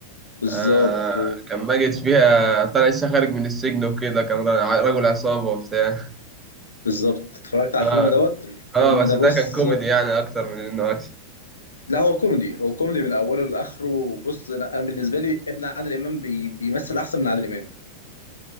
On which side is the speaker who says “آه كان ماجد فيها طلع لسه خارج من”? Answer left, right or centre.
Right